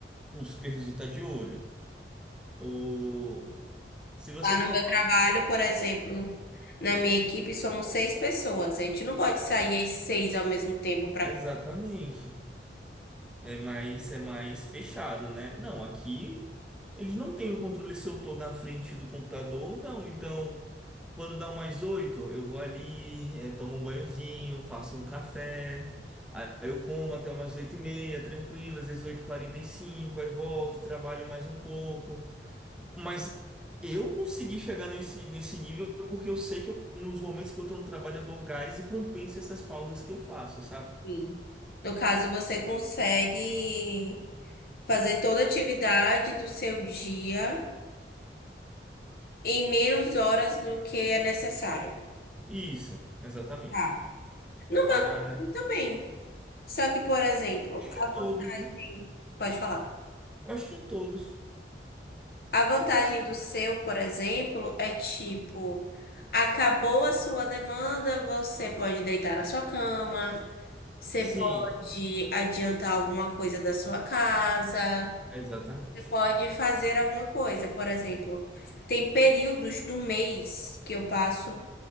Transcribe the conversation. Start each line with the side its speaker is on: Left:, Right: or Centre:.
Centre: o supervisor tá de olho. Ou se você
Left: Lá no
Centre: for
Left: meu
Centre: pra-
Left: trabalho, por exemplo, na minha equipe somos seis pessoas. A gente não pode sair as seis ao mesmo tempo para
Centre: Exatamente. É mais, é mais fechado, né? Não, aqui eles não têm o controle se eu tô na frente do computador ou não. Então. Quando dá umas oito, eu vou ali, eh, tomo um banhozinho, faço um café, aí eu como até umas oito e meia, tranquilo, às vezes oito e quarenta e cinco, aí volto, trabalho mais um pouco. Mas eu consegui chegar nesse, nesse nível porque eu sei que eu- nos momentos que eu tô no trabalho eu dou gás e compensa essas pausas que eu faço, sabe?
Left: comer. No caso, você consegue fazer toda a atividade do seu dia em menos horas do que é necessário.
Centre: Isso, exatamente.
Left: Tá. No
Centre: Ah,
Left: meu trabalho também. Só que, por exemplo,
Centre: acho
Left: a
Centre: que em
Left: vantagem.
Centre: todos, né?
Left: Pode falar.
Centre: Eu acho que em todos.
Left: A vantagem do seu, por exemplo, é tipo, acabou a sua demanda, você pode deitar na sua cama, você
Centre: Sim,
Left: pode adiantar alguma coisa da sua casa,
Centre: exatamente.
Left: você pode fazer alguma coisa. Por exemplo, tem períodos do mês que eu passo